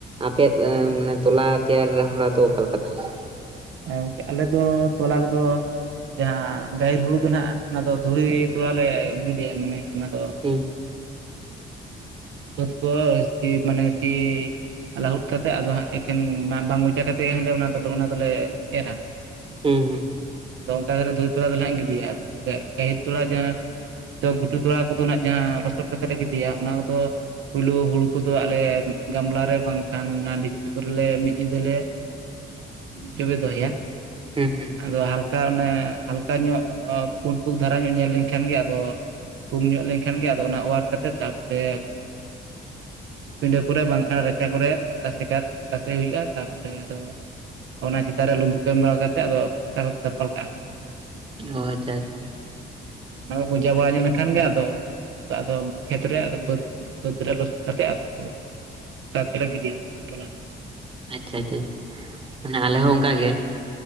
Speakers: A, on the right (about 25°); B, on the right (about 80°).
A: ᱟᱯᱭᱟᱜ ᱢᱟᱱᱮ ᱛᱚᱞᱟ ᱛᱮᱭᱟᱨ ᱦᱚᱨᱟ ᱫᱚ ᱚᱠᱟᱞᱮᱠᱟ ᱛᱟᱦᱞᱮᱱᱟ
B: ᱜᱚᱝᱠᱮ ᱟᱞᱮ ᱫᱚ ᱴᱚᱞᱟ ᱨᱮᱫᱚ ᱡᱟᱦᱟ ᱜᱟᱦᱤᱨ ᱦᱩᱲᱩ ᱫᱚ ᱱᱟᱜ ᱚᱱᱟ ᱫᱚ ᱫᱷᱩᱲᱤ ᱛᱚᱲᱟ ᱞᱮ ᱜᱤᱫᱤᱭᱟ ᱢᱟᱱᱮ ᱚᱱᱟ ᱫᱚ
A: ᱦᱩᱸ <inaudible>
B: ᱵᱟ. ᱫᱽ ᱠᱚ ᱥᱮ ᱢᱟᱱᱮ ᱥᱤ ᱞᱟᱹᱦᱩᱫ ᱠᱟ ᱠᱟᱛᱮᱫ ᱟᱫᱚ ᱦᱟᱸᱜ ᱮᱠᱮᱱ ᱢᱟ ᱵᱟᱝ ᱢᱚᱪᱟ ᱠᱟᱛᱮᱫ ᱜᱮᱟᱸᱮ ᱚᱱᱟ ᱫᱚ ᱚᱱᱟ ᱫᱚᱞᱮ ᱮᱨᱟ
A: ᱦᱩᱸ ᱦᱩᱸ ᱦᱩᱸ
B: ᱟᱫᱚ ᱚᱱᱠᱟ ᱫᱚ ᱦᱟᱸᱜ ᱫᱷᱩᱤ ᱛᱚᱞᱟ ᱫᱚ ᱦᱟᱸᱜ ᱜᱤᱰᱤᱭᱟ ᱟᱫᱚ ᱜᱟᱹᱦᱤᱨ ᱛᱚᱞᱟ ᱡᱟᱦᱟ ᱜᱷᱩᱴᱩ ᱛᱚᱲᱟ ᱠᱚᱫᱚ ᱱᱟᱜ ᱡᱟᱦᱟ ᱞᱚᱥᱚᱫ ᱠᱟᱛᱮᱷᱟ ᱨᱮ ᱜᱤᱫᱤᱭᱟ ᱚᱱᱟ ᱠᱚᱫᱚ ᱯᱳᱭᱞᱳ ᱦᱩᱲᱩ ᱠᱚᱫᱚ ᱟᱞᱮ ᱜᱟᱢᱞᱟ ᱨᱮ ᱵᱟᱝᱠᱷᱟᱱ ᱚᱱᱟ ᱰᱷᱤᱠᱪᱤ ᱠᱚᱨᱮᱞᱮ ᱡᱚᱵᱮ ᱫᱚᱦᱚᱭᱟ
A: ᱦᱮᱸ ᱦᱩᱸ
B: ᱟᱫᱚ ᱦᱟᱞᱠᱟ ᱚᱱᱮ ᱦᱟᱞᱠᱟ ᱧᱚᱜ ᱯᱩᱱ ᱯᱩᱠᱷ ᱫᱷᱟᱨᱟ ᱧᱚᱜ ᱧᱮᱞ ᱞᱮᱱᱠᱷᱟᱱ ᱜᱮ ᱟᱫᱚ ᱯᱩᱝ ᱧᱚᱜ ᱞᱮᱱᱠᱷᱟᱱ ᱜᱮ ᱟᱫᱚ ᱚᱱᱟ ᱚᱣᱟᱨ ᱠᱟ ᱠᱟᱛᱮᱫ ᱛᱟ ᱨᱮ ᱯᱤᱸᱰᱟᱹ ᱠᱚᱨᱮ ᱵᱟᱝᱠᱷᱟᱱ ᱨᱟᱪᱟ ᱠᱚᱨᱮ ᱛᱟᱥᱮ ᱠᱟ ᱛᱟᱥᱮ ᱦᱩᱭᱩᱜᱼᱟ ᱛᱟᱯᱚᱨᱮ ᱟᱫᱚ ᱚᱱᱟ ᱪᱮᱛᱟᱱ ᱨᱮ ᱞᱩᱵᱩᱜ ᱠᱚ ᱮᱢ ᱵᱟᱲᱟ ᱠᱟᱛᱮᱫ ᱟᱫᱚ ᱵᱚᱥᱛᱟ ᱠᱚ ᱠᱟᱛᱮ ᱫᱟᱯᱟᱞ ᱠᱟᱜᱼᱟ ᱞᱮ ᱚᱱᱠᱟ
A: ᱚ ᱟᱪᱪᱷᱟ ᱟᱪᱪᱷᱟ᱾
B: ᱟᱫᱚ ᱚᱱᱟ ᱠᱚᱠᱚ ᱡᱟ ᱵᱟᱲᱟ ᱞᱮᱱᱠᱷᱟᱱ ᱜᱮ ᱟᱫᱚ ᱟᱫᱚ ᱠᱷᱮᱛ ᱨᱮ ᱟᱫᱚᱟᱹ ᱵᱟᱹᱫᱽ ᱨᱮ ᱞᱚᱥᱚᱫ ᱠᱟᱛᱮ ᱟᱫᱚ ᱚᱱᱠᱟ ᱛᱮᱞᱮ ᱜᱤᱰᱤᱭᱟ ᱛᱚᱞᱟ ᱫᱚ᱾
A: ᱟᱪᱪᱷᱟ ᱟᱪᱪᱷᱟ ᱚᱱᱮ ᱟᱞᱮ ᱦᱚᱸ ᱚᱱᱠᱟ ᱜᱮ